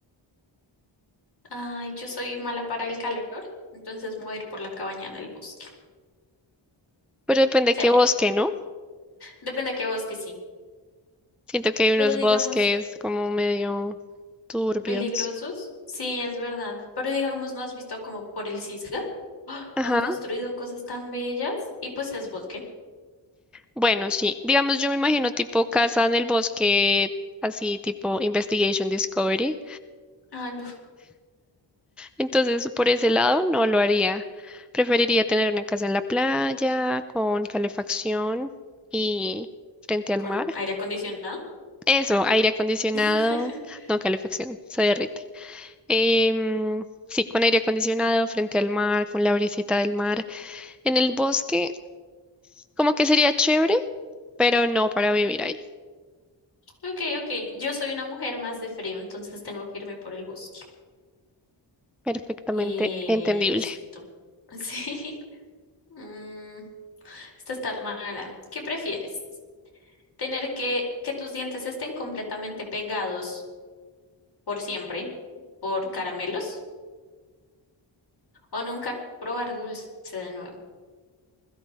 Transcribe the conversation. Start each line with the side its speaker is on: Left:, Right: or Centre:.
Left: Ay, yo soy mala para el calor, entonces me voy a ir por la cabaña en el bosque.
Centre: Pero depende
Left: Sí,
Centre: qué bosque, ¿no?
Left: depende de qué bosque, sí.
Centre: Siento que hay
Left: Pero
Centre: unos
Left: digamos,
Centre: bosques como medio turbios.
Left: peligrosos, sí, es verdad. Pero digamos, ¿no has visto como por el Cisga? ¡Ah!
Centre: Ajá.
Left: Han construido cosas tan bellas y pues es bosque.
Centre: Bueno, sí. Digamos, yo me imagino tipo casa en el bosque, así tipo Investigation Discovery.
Left: Ah, no,
Centre: Entonces, por ese lado, no lo haría. Preferiría tener una casa en la playa, con calefacción y frente al
Left: con
Centre: mar.
Left: aire acondicionado.
Centre: Eso, aire acondicionado,
Left: <laughs>
Centre: no calefacción, se derrite. Em, sí, con aire acondicionado, frente al mar, con la brisita del mar. En el bosque, como que sería chévere, pero no para vivir ahí.
Left: Ok, ok. Yo soy una mujer más de frío, entonces tengo que irme por el bosque.
Centre: Perfectamente
Left: Eh,
Centre: entendible.
Left: listo. <laughs> Sí. Mm, esta está rara. ¿Qué prefieres? ¿Tener que que tus dientes estén completamente pegados por siempre por caramelos? O nunca probar dulce de nuevo.